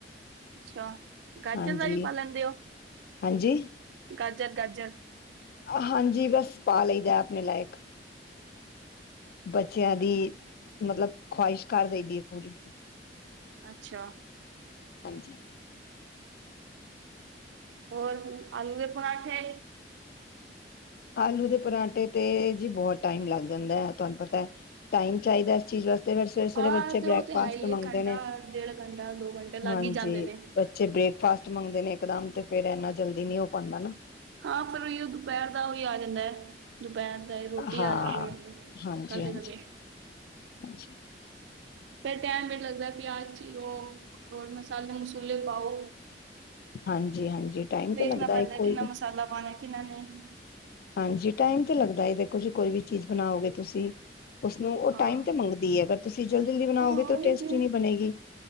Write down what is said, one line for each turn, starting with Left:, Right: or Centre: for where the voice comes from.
Right: ਅੱਛਾ। ਗਾਜਰ
Left: ਹਾਂਜੀ,
Right: ਦਾ ਵੀ ਪਾ ਲੈਂਦੇ ਹੋ
Left: ਹਾਂਜੀ!
Right: ਗਾਜਰ -ਗਾਜਰ।
Left: ਹਾਂਜੀ, ਬਸ ਪਾ ਲਈਦਾ ਆਪਣੇ ਲਾਇਕ। ਬੱਚਿਆਂ ਦੀ, ਮਤਲਬ ਖਵਾਹਿਸ਼ ਕਰ ਦੇਦੀ ਹੈ ਪੂਰੀ।
Right: ਅੱਛਾ
Left: ਹਾਂਜੀ
Right: ਹੋਰ ਆਲੂ ਦੇ ਪਰਾਂਠੇ।
Left: ਆਲੂ ਦੇ ਪਰਾਂਠੇ ਤੇ ਜੀ ਬਹੁਤ ਟਾਈਮ ਲੱਗ ਜਾਂਦਾ ਹੈ। ਤੁਹਾਨੂੰ ਪਤਾ ਟਾਈਮ ਚਾਹੀਦਾ ਚੀਜ਼ ਵਾਸਤੇ ਫਿਰ ਸਵੇਰੇ -ਸਵੇਰੇ
Right: ਹਾਂ
Left: ਬੱਚੇ
Right: ਤੇ ਉਹ
Left: ਬ੍ਰੇਕਫਾਸਟ
Right: ਤੇ ਹੈ ਹੀ
Left: ਮੰਗਦੇ
Right: ਹੈ ਘੰਟਾ
Left: ਨੇ,
Right: ਡੇਢ ਘੰਟਾ ਦੋ ਘੰਟੇ ਲੱਗ
Left: ਹਾਂਜੀ।
Right: ਹੀ ਜਾਂਦੇ ਨੇ
Left: ਚੇ ਬ੍ਰੇਕਫਾਸਟ ਮੰਗਦੇ ਨੇ ਇੱਕਦਮ ਤੇ ਫੇਰ ਇਨਾ ਜਲਦੀ ਨੀ ਹੋ ਪਾਉਂਦਾ ਨਾ।
Right: ਹਾਂ ਫਿਰ ਉਹੀ ਉਹ ਦੁਪਹਿਰ ਦਾ ਉਹੀ ਆ ਜਾਂਦਾ ਹੈ ਦੁਪਹਿਰ। ਰੋਟੀ
Left: ਹਾਂ
Right: ਆਦੀ ਏ
Left: ਹਾਂਜੀ
Right: ਕਰਦੇ-ਕਰਦੇ।
Left: ਹਾਂਜੀ ਹਾਂਜੀ।
Right: ਫਿਰ ਟਾਇਮ ਵੀ ਲੱਗਦਾ ਪਿਆਜ਼ ਚੀਰੋ ਹੋਰ ਮਸਾਲੇ -ਮਸੂਲੇ ਪਾਓ।
Left: ਹਾਂਜੀ ਹਾਂਜੀ ਟਾਈਮ
Right: ਵੇਖਣਾ
Left: ਤੇ ਲੱਗਦਾ
Right: ਪੈਂਦਾ
Left: ਹੈ ਕੋਈ
Right: ਕਿੰਨਾ
Left: ਵੀ
Right: ਮਸਾਲਾ ਪਾਣਾ ਕਿੰਨਾ ਨਹੀਂ।
Left: ਹਾਂਜੀ ਟਾਈਮ ਤੇ ਲੱਗਦਾ ਦੇਖੋ ਜੀ ਕੋਈ ਵੀ ਚੀਜ਼ ਬਣਾਓਗੇ ਤੁਸੀਂ। ਉਸਨੂੰ ਉਹ
Right: ਹਾਂ
Left: ਟਾਈਮ ਤੇ ਮੰਗਦੀ ਹੈ ਅਗਰ ਤੁਸੀਂ ਜਲਦੀ ਜਲਦੀ ਬਣਾਓਗੇ
Right: ਉਹੀ
Left: ਤਾਂ ਉਹ ਟੇਸਟੀ
Right: ਤੇ
Left: ਨਹੀਂ ਬਣੇਗੀ।